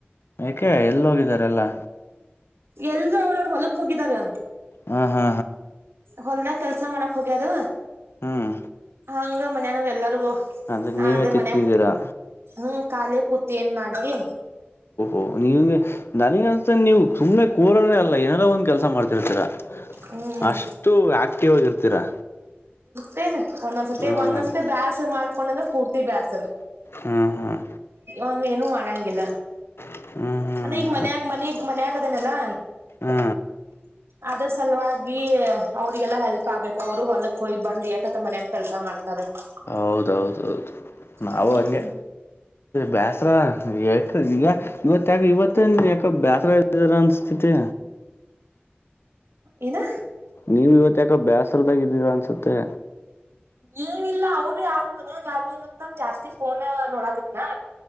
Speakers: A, on the left; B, on the right.
A: ಏಕೆ ಎಲ್ಲಿ ಹೋಗಿದ್ದಾರೆ ಎಲ್ಲಾ.
B: ಎಲ್ಲರೂ ಅವವರು ಹೊಲಕ್ ಹೋಗಿದ್ದಾರೆ.
A: ಹ್ ಹೊ.
B: ಹೊಲ್ದಗ ಕೆಲಸ ಮಾಡಕ್ ಹೋಗ್ಯಾರು
A: ಹ್ಮ್
B: ಹಂಗ ಮನ್ಯನಾಗ್ ಎಲ್ಲರಿಗೂ
A: ಅದಕ್
B: ನಾ
A: ನೀವೇ
B: ಅದೇ
A: ತಿಕ್ತಿದ್ದೀರಾ
B: ಮನ್ಯಕ್ ಹ್ಮ್ ಖಾಲಿ ಕೂತ್ ಏನ್ ಮಾಡ್ಲಿ.
A: ಓ ನೀಗೆ ನನಗ ಅನಸ್ದಾಂಗೆ ನೀವು ಸುಮ್ನೆ ಕೋರೋರೆ ಅಲ್ಲ ಏನಾರೋ ಒಂದ್ ಕೆಲಸ ಮಾಡ್ತಿರ್ತೀರಾ.
B: ಹ್ಮ್
A: ಅಷ್ಟು ಆಕ್ಟಿವ್ ಆಗಿರ್ತೀರಾ.
B: ಮೇನ್ ಒಂದೊಂದ್ಸ್ ಸತಿ
A: ಹ್ಮ್
B: ಒಂದೊಂದ್ಸತಿ ಬ್ಯಾಸರ್ ಮಾಡ್ಕೊಂಡಂದ್ರೆ ಪೂರ್ತಿ ಬ್ಯಾಸರ
A: ಹಾಂ ಹಾಂ
B: ಅಮ್ಮ ಏನೂ ಮಾಡಂಗಿಲ್ಲ
A: ಹ್ಮ್ ಹ್ಮ್
B: ಅಂದ್ರೆ ಈಗ ಮನ್ ಆಗ ಮನಗ್ ಮನ್ ಆಗದೇನಲ್ಲಾ.
A: ಹ್ಮ.
B: ಅದ್ರ ಸಲುವಾಗಿ ಅವ್ರಿಗೆಲ್ಲಾ ಹೆಲ್ಪ್ ಆಗ್ಬೇಕು ಅವರು ಹೊಲಕ್ ಹೋಗಿ ಬಂದ್ ಎಟು ಅಂತ ಮನೆಲಿ ಕೆಲಸ ಮಾಡ್ತಾರೆ. <unintelligible>
A: ಹೌದೌದೌದು ನಾವು
B: ಹ್ಮ್
A: ಹಂಗೆ. ಬ್ಯಾಸರ ಯಾಕ್ ಈಗೆ ಇವತ್ತ್ ಯಾಕ ಇವತ್ತ್ ನೀ ಯಾಕ ಬ್ಯಾಸರ ಇದಾರ ಅನ್ಸ್ತತಿ
B: ಏನೋ
A: ನೀವು ಇವತ್ ಯಾಕೋ ಬೇಸರದಾಗ ಇದದ್ದೀರಾ ಅನ್ಸುತ್ತೆ.
B: ಏನಿಲ್ಲ ಅವರು ಯಾರು ಮನ್ಯಾಗ ಯಾರು ಇಲ್ಲ ಅಂತಂದ ಜಾಸ್ತಿ ಪೋನ ನೋಡಾತಿದ್ನಾ